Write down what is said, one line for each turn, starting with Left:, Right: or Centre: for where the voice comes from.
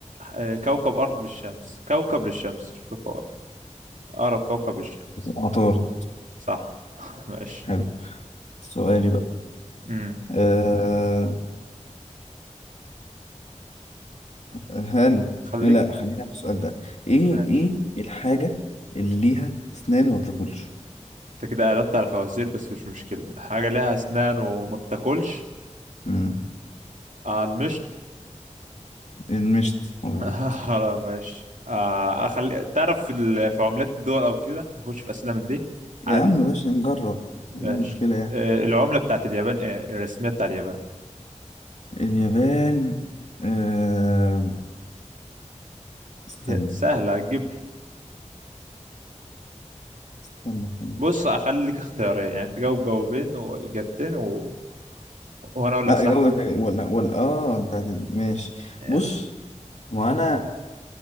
Right: آه، كوكب ارض للشمس كوكب للشمس مش كوكب أقرب كوكب للشمس
Left: عطار
Right: صح <laughs> ماشي
Left: حلو سؤالي بقى
Right: امم
Left: أه هل
Right: خليك
Left: لا خلينا في السؤال ده ايه
Right: ماشي
Left: ايه الحاجة اللي ليها اسنان وما بتاكلش؟
Right: أنت كده قلبت على فوازير بس مش مشكلة حاجة ليها أسنان وما بتاكلش
Left: مم،
Right: آه المشط
Left: المشط مظبوط
Right: <laughs> آه، ماشي آه أخلي تعرف في ال- في عملات الدول أو كده نخش في أسئلة من دي
Left: يا
Right: عادي
Left: عم ماشي نجرب
Right: ماشي
Left: ايه المشكلة يعني
Right: آه العملة بتاعت اليابان إيه الرسمية بتاع اليابان
Left: اليابان آه... استنى
Right: هي سهلة هتجيب
Left: استنى استنى
Right: بص أخليك اختيارين يعني تجاوب جاوبين وإجابتين و... وأنا أقول لك
Left: اه
Right: صح
Left: جو ولا ولا اه انت هت- ماشي
Right: يعني
Left: بص ما انا